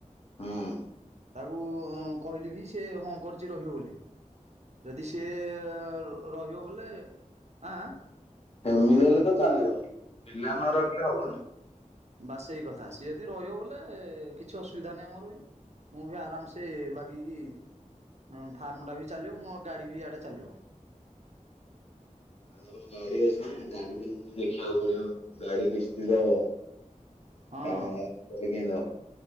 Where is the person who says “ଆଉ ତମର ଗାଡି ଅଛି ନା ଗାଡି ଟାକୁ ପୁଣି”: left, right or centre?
Left